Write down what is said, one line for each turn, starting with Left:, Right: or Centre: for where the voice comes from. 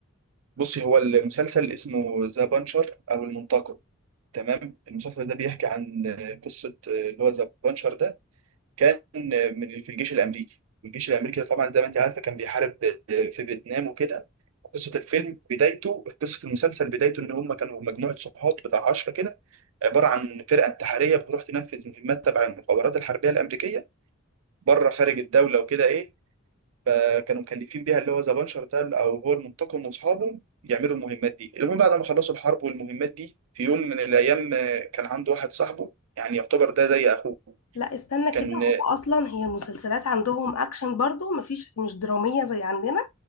Right: بصي هو المسلسل اسمه ذا بانشر او المنتقم تمام المسلسل ده بيحكي عن قصه آه، اللي هو ذا بانشر ده كان من في الجيش الامريكي والجيش الامريكي ده طبعا زي ما انت عارفه كان بيحارب في فيتنام وكده قصه الفيلم بدايته قصه المسلسل بدايته ان هم كانوا مجموعه صحاب بتاع 10 كده عباره عن فرقه انتحاريه بتروح تنفذ مهمات تبع المخابرات الحربيه الامريكيه بره خارج الدوله وكده ايه فكانوا مكلفين بيها اللي هو ذا بانشر ده او هو المنتقم واصحابه يعملوا المهمات دي المهم بعد ما خلصوا الحرب والمهمات دي في يوم من الايام آه، كان عنده واحد صاحبه يعني يعتبر ده زي اخوه
Left: لا استنى
Right: كان
Left: كده هو اصلا هي المسلسلات عندهم اكشن برضو مفيش مش درامية زي عندنا